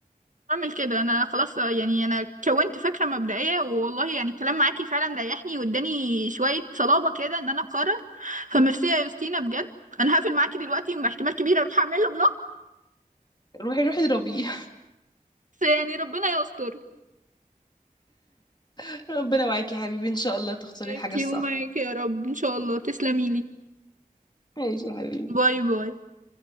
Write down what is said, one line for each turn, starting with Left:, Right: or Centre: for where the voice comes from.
Right: اعمل كده انا خلاص يعني انا كونت فكره مبدئيه والله يعني الكلام معاكي فعلا ريحني واداني شويه صلابه كده ان انا اقرر فميرسي يا يوستينا بجد انا هقفل معاكي دلوقتي واحتمال كبير اروح اعمل له بلوك
Left: روحي روحي اضربيه
Right: بس يعني ربنا يستر
Left: <laughs> ربنا معاكي يا حبيبي ان شاء الله تختاري
Right: انتي
Left: الحاجه الصح
Right: ومعاكي يا رب ان شاء الله تسلمي لي
Left: ماشي يا حبيبي
Right: باي باي